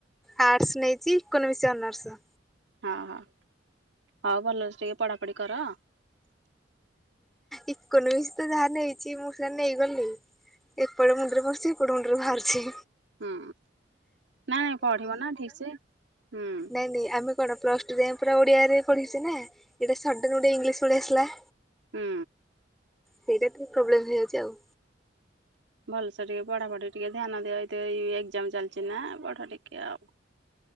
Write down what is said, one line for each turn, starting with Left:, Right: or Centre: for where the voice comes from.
Centre: ଆର୍ଟସ୍ ନେଇଛିି, ଇକୋ ନୋମିକ ଅନର୍ଷ।
Right: ହଁ ହଁ, ହଉ ଭଲ ଅଛି ଟିକେ ପଢାପଢି କର।
Centre: ଇକୋନୋମିକସ ତ ଯାହା ନେଇଛି ମୁଁ ସେ ନେଇଗଲି। ଏପଡ ମୁଣ୍ଡରେ ପଛି ହେପଟୁ ମୁଣ୍ଡରୁ ବାହାରୁଛି।
Right: ହୁଁ, ନାଇଁ ପଢିବ ନା ଠିକ ସେ ହୁଁ।
Centre: ହେଲେ ଆମ୍ କଣ ପ୍ଲସ୍ ଟୁ ଯାଏଁ ପୁରା ଓଡ଼ିଆରେ ପଢ଼ିଚି ନା ଏଇଟା ସଡ଼ନ୍ ଗୋଟେ ଇଂଲିଶ ପଳେଇ ଆସିଲା।
Right: ହୁଁ।
Centre: ସେଇଟା ଟିକେ ପ୍ରୋବ୍ଲେମ ହୋଇ ଯାଉଛି ଆଉ।
Right: ଭଲସେ ଟିକେ ପଢାପଢି ଟିକେ ଧ୍ୟାନ ଦିଅ ଏ ଏକ୍ଜାମ ଚାଲିଛି ନା ପଢ ଟିକେ ଆଉ।